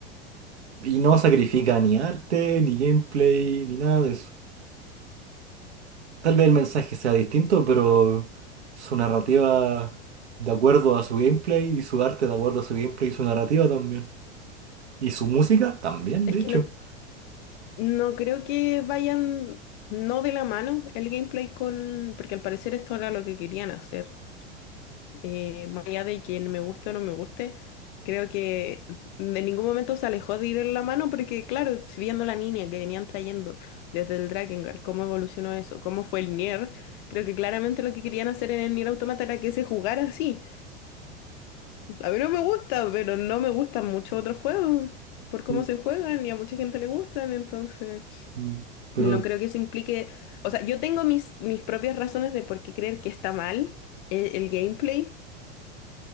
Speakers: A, on the right; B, on the left.
A: Y no sacrifica ni arte, ni gameplay, ni nada de eso. Tal vez el mensaje sea distinto, pero su narrativa de acuerdo a su gameplay y su arte de acuerdo a su gameplay y su narrativa también. Y su música también,
B: Es
A: de
B: que
A: hecho.
B: no, No creo que vayan no de la mano el gameplay con, porque al parecer esto era lo que querían hacer. Eh, más allá de quien me guste o no me guste, creo que de ningún momento se alejó de ir en la mano porque, claro, si viendo la línea que venían trayendo desde el Drakengard, cómo evolucionó eso, cómo fue el Nier, creo que claramente lo que querían hacer en el Nier Automata era que se jugara así. A mí no me gusta, pero no me gustan muchos otros juegos por cómo
A: Mm,
B: se juegan y a mucha gente le gustan, entonces...
A: mm. Pero,
B: No creo que eso implique, o sea, yo tengo mis, mis propias razones de por qué creer que está mal eh, el, gameplay